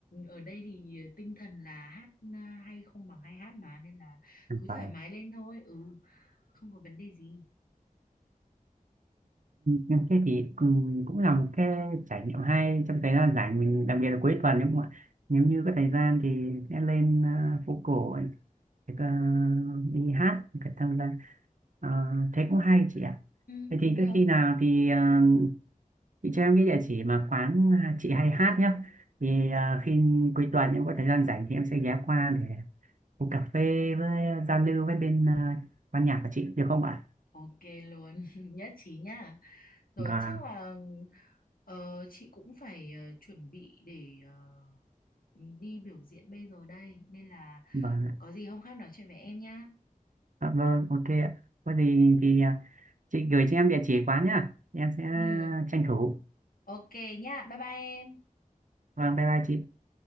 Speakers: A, on the left (about 85°); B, on the right (about 65°).
A: ở đây thì tinh thần là hát ờ, hay không bằng hay hát mà nên là cứ thoải
B: và
A: mái lên thôi ừ không có vấn đề gì
B: nhưng thế thì cũng, cũng là một cái trải nghiệm hay trong thời gian rảnh mình đặc biệt là cuối tuần nếu mà nếu như có thời gian thì sẽ lên à, phố cổ để, à, đi hát để tham gia À, thế cũng hay chị ạ
A: ừ
B: Vậy
A: đúng
B: thì cứ
A: rồi
B: khi nào thì à, chị cho em cái địa chỉ mà quán à, chị hay hát nhé thì à, khi cuối tuần em có thời gian rảnh thì em sẽ ghé qua để uống cà phê với à, giao lưu với bên à, ban nhạc của chị được không ạ
A: ok luôn <laughs> nhất trí nha rồi
B: vâng
A: chắc là ờ, chị cũng phải ờ, chuẩn bị để ờ, đi biểu diễn bây giờ đây nên là
B: vâng ạ.
A: có gì hôm khác nói chuyện với em nhá
B: Dạ, vâng ok ạ có gì thì à, chị gửi cho em địa chỉ quán nhá em sẽ
A: ừ
B: tranh thủ
A: ok nhá bye bye em
B: vâng bye bye chị